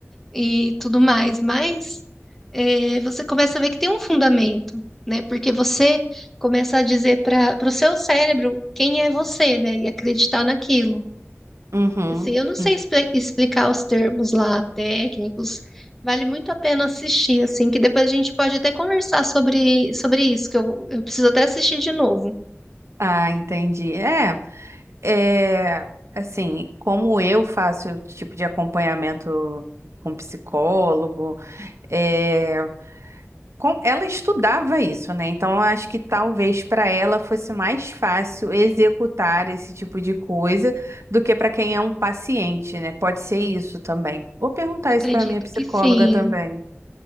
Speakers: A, in the centre; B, on the right (about 75°).
A: e tudo mais, mas é, você começa a ver que tem um fundamento, né? Porque você começa a dizer para o seu cérebro quem é você, né? E acreditar naquilo.
B: Uhum.
A: Assim, eu não sei
B: Hum.
A: expli- explicar os termos lá técnicos. Vale muito a pena assistir, assim, que depois a gente pode até conversar sobre, sobre isso, que eu, eu preciso até assistir de novo.
B: Ah, entendi. É. É, assim, como eu faço tipo de acompanhamento com psicólogo, é, com- ela estudava isso, né? Então, eu acho que talvez para ela fosse mais fácil executar esse tipo de coisa do que para quem é um paciente, né? Pode ser isso também. Vou perguntar
A: Acredito
B: isso para minha psicóloga
A: que sim.
B: também.